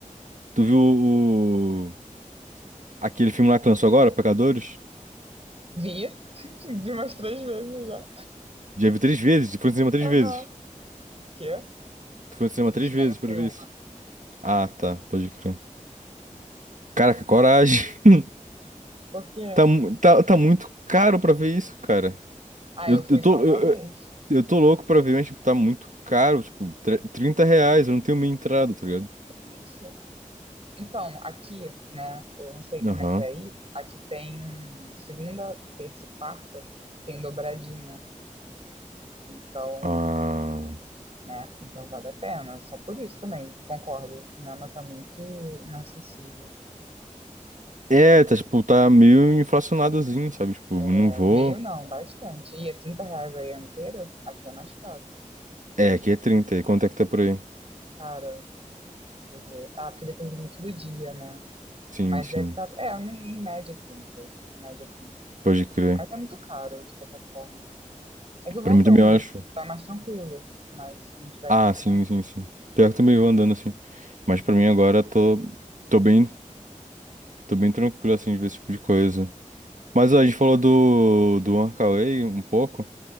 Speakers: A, on the right; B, on the right.
A: Tu viu o. Aquele filme lá que lançou agora, Pecadores,
B: Vi, <laughs> de umas três vezes já.
A: já vi três vezes, e foi no cinema três
B: Aham.
A: vezes.
B: quê?
A: Tu foi no cinema
B: No
A: três
B: cinema
A: vezes pra
B: foi
A: ver
B: uma.
A: isso. Ah, tá, pode crer. Caraca, coragem. <laughs>
B: Por quê?
A: Tá, mu- tá, tá muito caro pra ver isso, cara.
B: Ah,
A: Eu,
B: eu fui
A: eu tô,
B: só uma
A: eu,
B: vez.
A: eu eu tô louco pra ver, mas, tipo, tá muito caro. Tipo, tre- 30 reais, eu não tenho meia entrada, tá ligado?
B: Que isso? Então, aqui, né, eu não sei como
A: Aham.
B: é que é aí, aqui tem segunda, terça e quarta, tem dobradinha. Então,
A: Ah.
B: né, então vale a pena. Só por isso também, concordo. O cinema tá muito inacessível.
A: É, tá, tipo, tá meio inflacionadozinho, sabe? Tipo,
B: É,
A: não vou.
B: o meio não, bastante. E é 30 reais aí a inteira, aqui é mais caro.
A: É, aqui é 30. e Quanto é que tá por aí?
B: Cara, deixa eu ver. Ah, porque depende muito do dia, né?
A: Sim,
B: Mas
A: sim.
B: deve estar. É, em média 30. Em média 30.
A: Pode crer.
B: Mas é muito caro, de qualquer forma. É que eu
A: Pra
B: vou andando,
A: mim também eu acho.
B: tá mais tranquilo. Mas se não tiver,
A: Ah, sim,
B: né?
A: sim, sim. Pior que também eu andando assim. Mas pra mim agora tô, tô bem, tô bem tranquilo assim de ver esse tipo de coisa. Mas ó, a gente falou do do One kar um pouco.